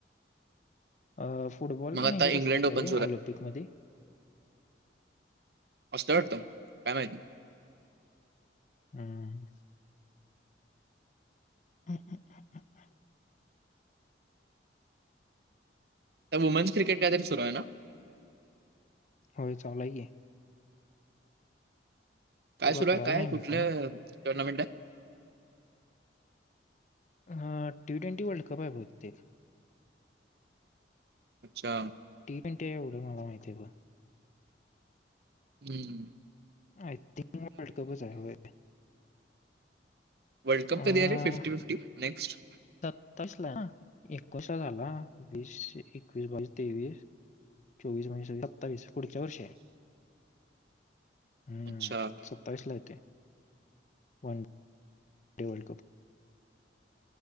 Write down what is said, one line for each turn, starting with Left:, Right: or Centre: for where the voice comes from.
Left: अ फुटबॉल
Right: मग
Left: पण
Right: आता
Left: ह्याच्यात
Right: इंग्लंड
Left: असते
Right: ओपन
Left: काय रे ऑलिम्पिकमध्ये
Right: असतय वाटत काय माहिती
Left: हम्म हा-हा-ह-ह-ह
Right: तर वुमेन्स क्रिकेट का दिन सुरू आहे ना
Left: होय चालू हाय की
Right: काय
Left: ते बघायला
Right: सुरू आहे काय
Left: नाही मी
Right: कुठल्या
Left: पण
Right: टुर्नामेंटात
Left: ह टी ट्वेंटी वर्ल्ड कप आहे बहुतेक.
Right: अच्छा.
Left: टीम इंटिया एवढं मला माहिती आहे बघ.
Right: हम्म.
Left: आय थिंक वर्ल्ड कपच आहे व
Right: वर्ल्ड कप
Left: अं,
Right: कधी अरे फिफ्टी फिफ्टी नेक्स्ट
Left: सत्तावीस ला एकोस झाला वीस एकवीस बावीस तेवीस चोवीस महि सत्तावीस पुढच्या वर्षी आहे. हम्म
Right: अच्छा.
Left: सत्तावीस ला येते. वन वर्ल्ड कप